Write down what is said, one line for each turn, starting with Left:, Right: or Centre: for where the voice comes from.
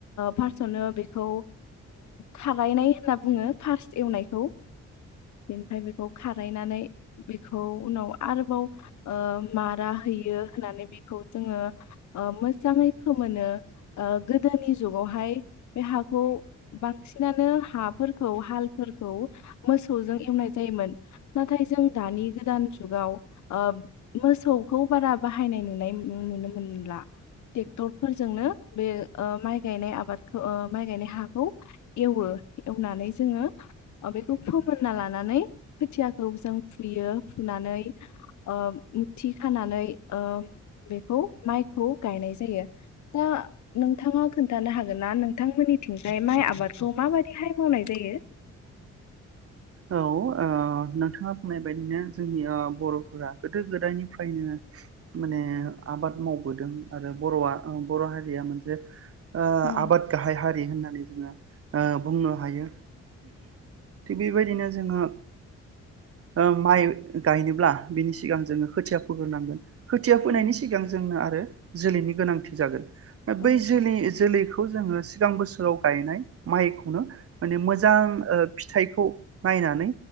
Left: फार्स्टआवनो बेखौ खारायनाय होनना बुङो फार्स्ट एवनायखौ बेनिफ्राय बेखौ खारायनानै। बेखौ उनाव आरोबाव मारा होयो होननानै बि खौ जोङो मोजाङै फोमोनो ओ गोदोनि जुगावहाय बे हाखौ बांसिनानो हाफोरखौ हालफोरखौ मोसौजों एवनाय जायोमोन नाथाय जों दानि गोदान जुगाव ओ मोसौखौ बारा बाहायनाय नुनाय। नुनो मोनला ट्रेक्टरफोरजोंनो बे माइ ओ गायनाय आबादखौ ओ माइ गायनाय हाखौ एवो एवनानै जोङो बेखौ फोमोनना लानानै खोथियाखौ जों फुयो फुनानै मुथि खानानै ओ बेखौ माइखौ गायनाय जायो दा नोंथाङा खोन्थानो हागोन ना नोंथांमोननिथिंजाय माइ आबादखौ माबाददिहाय मावनाय जायो
Right: औ ओ नोंथाङा बुंनाय बायदिनो जोंनि बर'फोरा गोदो गोदायनिफ्रायनो माने आबाद मावबोदों आरो बर'आ बर' हारिया मोनसे ओ
Left: औ
Right: आबाद गाहाय हारि होननानै ओ बुंनो हायो बेबायदिनो जोङो ओ माइ गायनोब्ला बिनि सिगां जोङो खोथिया फोग्रोनांगोन खोथिया फैनायनि
Left: औ
Right: सिगां जोंनो आरो जोलैनि गोनांथि जागोन।
Left: औ
Right: बै जोलै जोलै बेखौ जोंङो सिगां बोसोराव गायनाय माइखौनो माने मोजां ओ फिथाइखौ नायनानै